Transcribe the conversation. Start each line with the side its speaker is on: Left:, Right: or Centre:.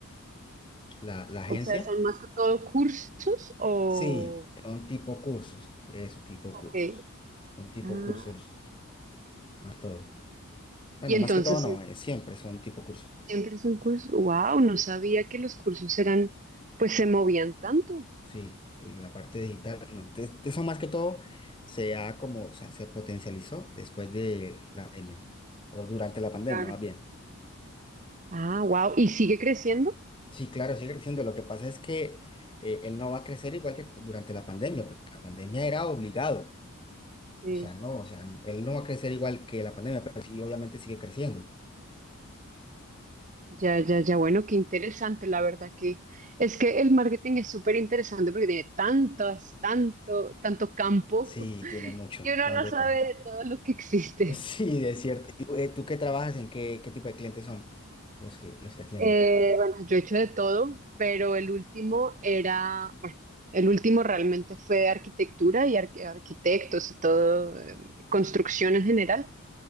Left: la la
Right: O
Left: agencia.
Right: sea, ¿son más que todo cursos o...?
Left: Sí, son tipo cursos, eso, tipo
Right: Ok.
Left: cursos. Son tipo
Right: Ah,
Left: cursos, más que todo. Bueno,
Right: y entonces...
Left: más que todo no, eh, siempre son tipo cursos.
Right: Siempre es un curso. Wow, no sabía que los cursos eran, pues se movían tanto.
Left: Sí, la parte digital, bueno, te- te- eso más que todo se ha como, o sea, se potencializó después de la pandemia, o durante la pandemia,
Right: Claro.
Left: más bien.
Right: Ah, wow, y sigue creciendo.
Left: Sí, claro, sigue creciendo. Lo que pasa es que eh, él no va a crecer igual que cu- durante la pandemia, porque la pandemia era obligado.
Right: Sí.
Left: O sea, no, o sea, él no va a crecer igual que la pandemia, pero sí, obviamente sigue creciendo.
Right: Ya, ya, ya, bueno, qué interesante, la verdad que es que el marketing es súper interesante porque tiene tantas, tanto, tanto campo
Left: Sí, tiene
Right: <laughs>
Left: mucho,
Right: que uno
Left: ¿para
Right: no
Left: dónde
Right: sabe
Left: coger?
Right: de todo lo que existe.
Left: <laughs> Sí, es cierto. ¿Y, ¿Tú, eh, ¿Tú qué trabajas? ¿En qué, qué tipo de clientes son los que, los que tienen?
Right: Eh, bueno, yo he hecho de todo, pero el último era, bueno, el último realmente fue de arquitectura y arqu- arquitectos y todo, eh, construcción en general.